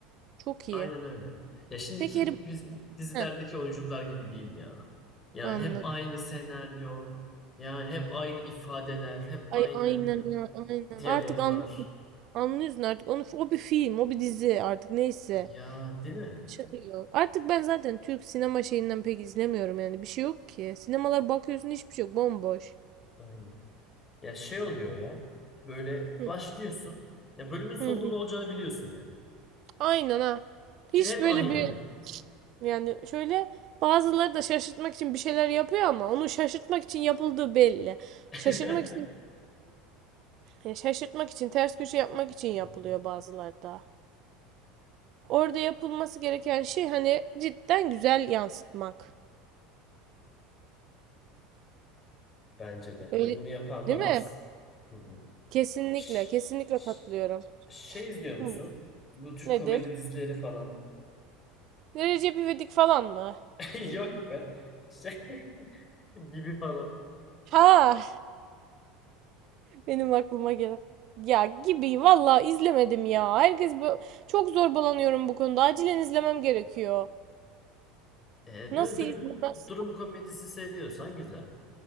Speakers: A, on the right; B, on the left.
A: çok iyi.
B: Aynen öyle. Ya şimdiki
A: Peki Harry
B: biz dizilerdeki
A: Heh,
B: oyuncular gibi değil ya. Yani
A: anladım.
B: hep aynı senaryo, yani hep aynı ifadeler, hep
A: Ay
B: aynı
A: aynen ha, aynen.
B: diyaloglar.
A: Artık anlıyorum. Anlıyorsun artık. Onu, o bir film, o bir dizi artık neyse.
B: Ya değil mi?
A: Şaka gibi. Artık ben zaten Türk sinema şeyinden pek izlemiyorum yani. Bir şey yok ki. Sinemalara bakıyorsun hiçbir şey yok. Bomboş.
B: Aynen. Ya şey oluyor ya. Böyle
A: Hı,
B: başlıyorsun. Ya bölümün sonunda
A: hı, hı.
B: ne olacağını biliyorsun yani.
A: Aynen ha.
B: Çünkü
A: Hiç
B: hep
A: böyle
B: aynı.
A: bir yani şöyle bazıları da şaşırtmak için bir şeyler yapıyor ama onu şaşırtmak için yapıldığı belli.
B: <laughs>
A: Şaşırtmak için ya şaşırtmak için ters köşe yapmak için yapılıyor
B: Hı hı.
A: bazıları da. Orada yapılması gereken şey hani cidden güzel yansıtmak.
B: Bence de.
A: Öyle
B: Ve bunu yapan
A: değil
B: da
A: mi?
B: az. Hı hı.
A: Kesinlikle,
B: Ş-
A: kesinlikle
B: ş-
A: katılıyorum.
B: Şey izliyor musun?
A: Hı.
B: Bu Türk
A: Nedir?
B: komedi dizileri falan.
A: Ne Recep İvedik falan mı?
B: <laughs> Yok be. Şey, <laughs> gibi falan.
A: Ha, benim aklıma gelen. Ya gibi valla izlemedim ya. Herkes bu çok zorbalanıyorum bu konuda. Acilen izlemem gerekiyor.
B: E,
A: Nasıl
B: böyle durum
A: izlemez?
B: durum komedisi seviyorsan güzel.